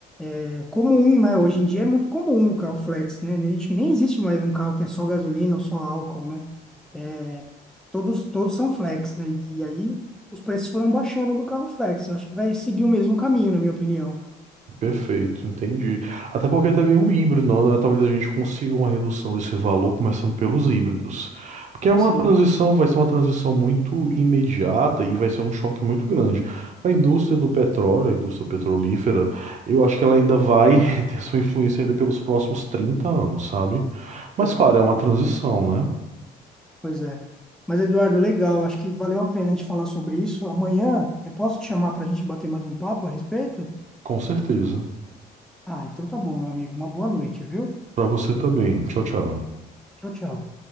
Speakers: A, in the centre; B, on the right.
A: é, comum, né? Hoje em dia é muito comum o carro flex, né? Nem- Acho que nem existe mais um carro que é só gasolina ou só álcool, né? É, Todos, todos são flex, né? E e aí os preços foram baixando do carro flex. Eu acho que vai seguir o mesmo caminho, na minha opinião.
B: Perfeito, entendi. Até porque também o híbrido, né? Talvez a gente consiga uma redução desse valor começando pelos híbridos. Porque é uma
A: Sim,
B: transição, vai ser uma transição muito imediata e vai ser um choque muito grande. A indústria do petróleo, a indústria petrolífera, eu acho que ela ainda vai <laughs> ter sua influência ainda pelos próximos 30 anos, sabe? Mas
A: Pois
B: claro,
A: é.
B: é uma transição, né?
A: pois é. Mas, Eduardo, legal. Acho que valeu a pena a gente falar sobre isso. Amanhã eu posso te chamar para a gente bater mais um papo a respeito?
B: Com certeza.
A: Ah, então tá bom, meu amigo. Uma boa noite, viu?
B: Para você também. Tchau, tchau.
A: Tchau, tchau.